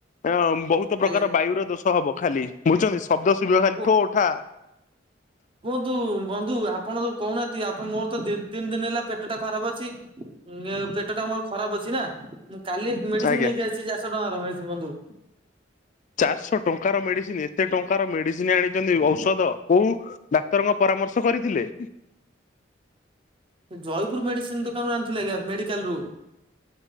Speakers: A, on the left; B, on the right.
A: ଅଁ ବହୁତ୍
B: ଆଜ୍ଞା
A: ପ୍ରକାର ବାୟୁର ଦୋଷ ହବ ଖାଲି ବୁଝୁଛନ୍ତି ଶବ୍ଦ ଶୁବିବ ଖାଲି
B: କୁହ
A: ଠୋ ଠା।
B: କୁହନ୍ତୁ ବନ୍ଧୁ ଆପଣ ଯୋଉ କହୁନାହାନ୍ତି ଆପଣ ମୋର ତ ଦି ତିନି ଦିନ ହେଲା ପେଟା ଖରାପ ଅଛି ପେଟ ଟା ମୋର ଖରାପ ଅଛି ନା କାଲି ମେଡ଼ିସିନ୍
A: ଆଜ୍ଞା।
B: ନେଇକି ଆସି <unintelligible> ଚାରିଶହ ଟଙ୍କାର <unintelligible> ବନ୍ଧୁ।
A: ଚାରିଶହ ଟଙ୍କାର ମେଡ଼ିସିନ୍ ଏତେ ଟଙ୍କାର ମେଡ଼ିସିନ୍ ଆଣିଛନ୍ତି ଔଷଧ କୋଉ ଡାକ୍ତରଙ୍କ ପରାମର୍ଶ କରିଥିଲେ?
B: ଜୟପୁରୁ ମେଡ଼ିସିନ୍ ଦୋକାନରୁ ଆଣିଥିଲି ଆଜ୍ଞା ମେଡିକାଲ ରୁ।